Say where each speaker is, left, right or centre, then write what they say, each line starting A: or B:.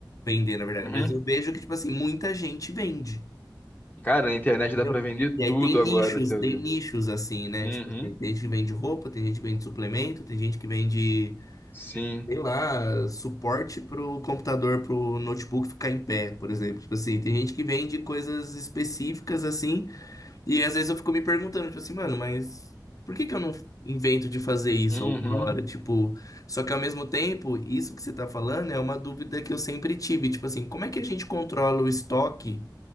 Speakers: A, on the left; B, on the left.
A: vender, na verdade,
B: Uhum.
A: mas eu vejo que, tipo assim, muita gente vende,
B: Cara, na internet
A: entendeu?
B: dá pra vender
A: E aí
B: tudo
A: tem
B: agora,
A: nichos,
B: você
A: tem
B: vê.
A: nichos, assim, né?
B: Uhum.
A: Tipo assim, tem gente que vende roupa, tem gente que vende suplemento, tem gente que vende
B: Sim.
A: sei lá, suporte pro computador, pro notebook ficar em pé, por exemplo. Tipo assim, tem gente que vende coisas específicas assim, e às vezes eu fico me perguntando, tipo assim, mano, mas por que que eu não invento de fazer isso
B: Uhum.
A: alguma hora? Tipo, só que ao mesmo tempo, isso que você tá falando é uma dúvida que eu sempre tive, tipo assim, como é que a gente controla o estoque?